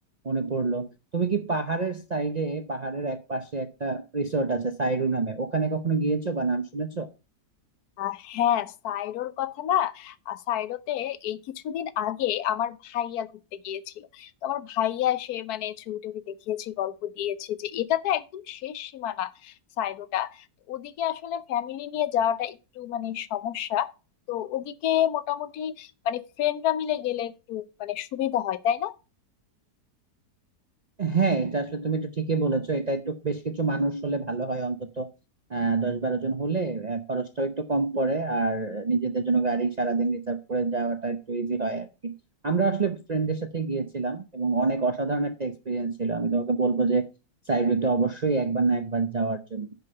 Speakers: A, on the right; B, on the left.
A: মনে পড়লো তুমি কি পাহাড়ের সাইডে পাহাড়ের এক পাশে একটা রিসোর্ট আছে সাইরু নামে ওখানে কখনো গিয়েছো বা নাম শুনেছো
B: আহ হ্যাঁ সাইরোর কথা না আহ সাইরোতে এই কিছুদিন আগে আমার ভাইয়া ঘুরতে গিয়েছিল তো আমার ভাইয়া সে মানে ছবি টবি দেখিয়েছে গল্প দিয়েছে যে এটা তো একদম শেষ সীমানা সাইরোটা তো ওদিকে আসলে ফ্যামিলি নিয়ে যাওয়াটা একটু মানে সমস্যা তো ওদিকে মোটামুটি মানে ফ্রেন্ডরা মিলে গেলে একটু মানে সুবিধা হয় তাই না
A: হ্যাঁ এটা আসলে তুমি একটু ঠিকই বলেছো এটা একটু বেশ কিছু মানুষ হলে ভালো হয় অন্তত আহ দশ বারো জন হলে আহ, খরচটাও একটু কম পড়ে আর নিজেদের জন্য গাড়ি সারাদিন রিজার্ভ করে যাওয়াটা একটু ইজি হয় আর কি আমরা আসলে ফ্রেন্ডের সাথে গিয়েছিলাম এবং অনেক অসাধারণ একটা এক্সপিরিয়েন্স ছিল আমি তোমাকে বলবো যে সাইবেরিয়াতে অবশ্যই একবার না একবার যাওয়ার জন্য